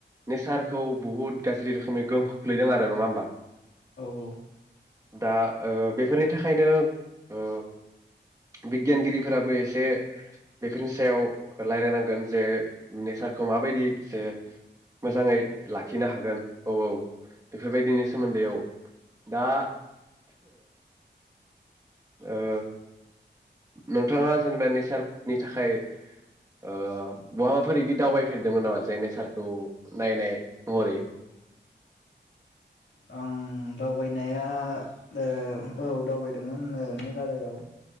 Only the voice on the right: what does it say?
नेसारखौ बुहुद गाज्रि रोखोमनि गोहोम खोख्लैदों आरो नङा होमबा?
दा ओ बेफोरनि थाखायनो ओ बिगियानगिरिफोराबो एसे बेफोरनि सायाव रायज्लायनांगोन जे नेचारखौ माबायदि जे मोजाङै लाखिनो हागोन औ औ बेफोरबायदिनि सोमोन्दै औ। दा ओ नोंथाङा जेनेबा नेचारनि थाखाय ओ बहाबाफोर बिदि दावबाय फेरदोंमोन नामा जे नेचारखौ नायनाय महरै?